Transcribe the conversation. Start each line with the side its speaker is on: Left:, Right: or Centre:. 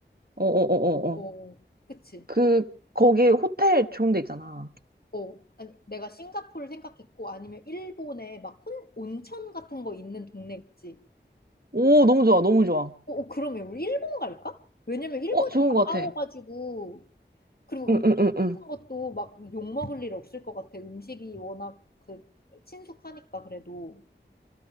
Right: 어, 어, 어,
Left: 어,
Right: 어.
Left: 그치?
Right: 그,
Left: 어,
Right: 거기 호텔 좋은 데 있잖아.
Left: 어, 아니, 내가 싱가포르 생각했고, 아니면 일본에 막 혼, 온천 같은 거 있는 동네 있지.
Right: 오, 너무 좋아, 너무 좋아.
Left: 어, 어, 그러면 우리 일본 갈까? 왜냐면 일본이
Right: 어, 좋은 것
Left: 가까워가지고,
Right: 같아.
Left: 그리고
Right: 응,
Left: 음식
Right: 응, 응, 응.
Left: 같은 것도 막 욕 먹을 일 없을 것 같아. 음식이 워낙 그 친숙하니까 그래도.